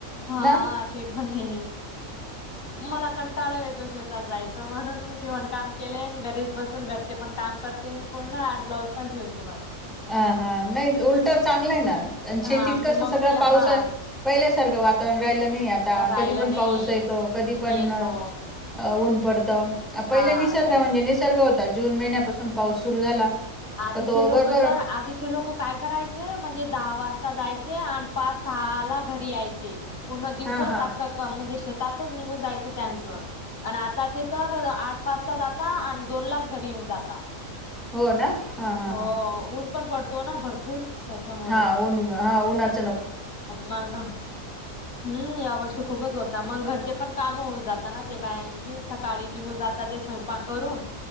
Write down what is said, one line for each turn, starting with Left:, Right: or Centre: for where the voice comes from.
Left: हा
Centre: ना
Left: ते पण ये मला कंटाळा येतो शेतात जायचं म्हणून मी शिवण काम केले आणि घरीच बसून घरचे पण काम करते मी पूर्ण आणि ब्लाऊज पण शिवते मग
Centre: हा हा नाही उलट चांगला आहे ना शेतीत
Left: हा मी
Centre: कस
Left: मम्मीला
Centre: सगळं पाऊस
Left: हा
Centre: आहे पहिल्या सारखं वातावरण राहिलं नाही आता
Left: राहायला
Centre: कधी पण
Left: नाही
Centre: पाऊस येतो कधी पण
Left: येतो
Centre: ऊन पडत पहिला
Left: हा
Centre: निसर्ग
Left: त्याच्यामुळे
Centre: म्हणजे निसर्ग होता, जून महिन्यापासून पाऊस सुरु झाला.
Left: आधीचे
Centre: का तो
Left: लोक
Centre: बरोबर
Left: तर आधीचे लोक काय करायचे म्हणजे दहा वाजता जाय चे आणि पाच सहा ला घरी यायचे. पूर्ण दिवस
Centre: हा हा
Left: अस म्हणजे शे तातच निघून जायचं त्यांच. आणि आताचे तर आठ वाजता जाता आणि दोन लाच घरी येऊ न जाता.
Centre: हो ना. हा हा
Left: हो.
Centre: हा
Left: ऊन पण पडतो ना भरपूर. त्याच्यामुळे
Centre: हा ऊन हा उन्हात.
Left: मग हम्म या वर्षी खूपच होत. मग घरचे पण काम होऊन जाता ना ते बायांची. सकाळी निघून जातात ते स्वयंपाक करून